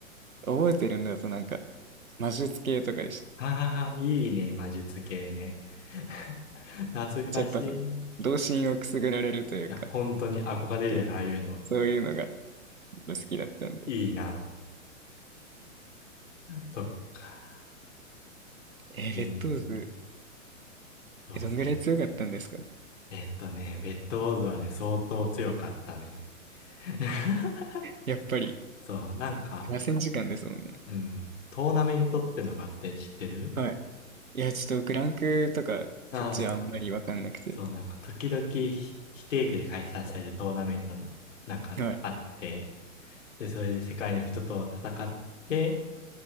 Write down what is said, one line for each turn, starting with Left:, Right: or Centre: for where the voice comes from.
Right: う、覚えてるんだとなんか、魔術系とかでした。
Left: ああー、いいね、魔術系ね。<laughs> 懐かしい。
Right: じゃあやっぱその、
Left: い
Right: 童心をくすぐられるというか、
Left: や、本当に憧れるよね、
Right: ちょっと
Left: ああいうの。
Right: そういうのが好きだったんで。
Left: いいな。そっか。
Right: えー、
Left: えー、
Right: ベッドオーズ、
Left: そうそう。
Right: え、どんぐらい強かったんですか
Left: えっとね、ベッドウォーズはね、相当強かったね。<laughs>
Right: やっぱり、
Left: そう、なんか、
Right: 7000時間ですもんね。
Left: うん、トーナメントってのがあって知ってる
Right: はい。いや、ちょっとクランクとか、
Left: ああー、
Right: そっちはあんまりわかんなくて。
Left: そっかそっか。そう、なんか、時々ひ、非定期で開催されるトーナメントなんかあって、
Right: は
Left: で、それで世界の人と戦って、